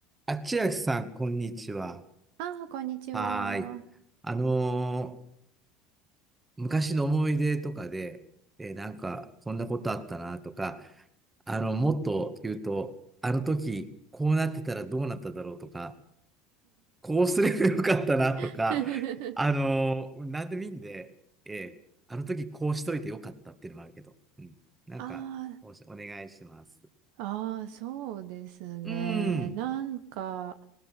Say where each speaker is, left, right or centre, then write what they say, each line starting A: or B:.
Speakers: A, on the right; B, on the right.
A: あ、千秋さん、こんにちは。
B: ああ、こんにちは。
A: はーい。あのー昔の思い出とかで、えーなんか、こんなことあったなとか、あの、もっと言うと、あの時、こうなってたらどうなっただろうとか、こうすればよかったなとか、
B: <laughs>
A: あのーなんでもいいんで、えーあの時こうしといてよかったっていうのもあるけど、うん。なんか、
B: あ
A: おし、お願いします。
B: あ、ああ、そうですね。
A: うん。
B: なんか、